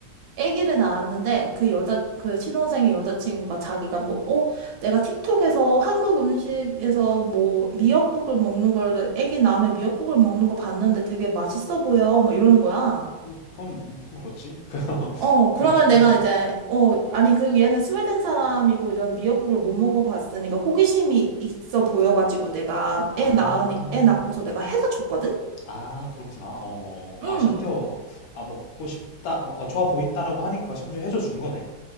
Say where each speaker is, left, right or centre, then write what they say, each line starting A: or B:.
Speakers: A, on the right; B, on the left.
A: 아기를 낳았는데 그 여자, 그 신혼생의 여자친구가 자기가 뭐, 어, 내가 틱톡에서 한국 음식에서 뭐 미역국을 먹는 거를, 아기 낳으면 미역국을 먹는 거 봤는데 되게 맛있어 보여. 막 이러는 거야.
B: 뭐 그건 뭐 그건 그렇지. <laughs>
A: 어, 그러면
B: 그건 그렇네.
A: 내가 이제, 어, 아니, 그 얘는 스웨덴 사람이고 이런 미역국을 못 먹어봤으니까 호기심이 있어 보여가지고 내가
B: 아,
A: 애 낳으니, 애 낳고서 내가 해다 줬거든?
B: 아 그렇구나. 어, 어.
A: 응,
B: 아 심지어 아 먹고 싶다, 뭐, 어, 좋아 보인다라고 하니까 심지어 해줘 준 거네.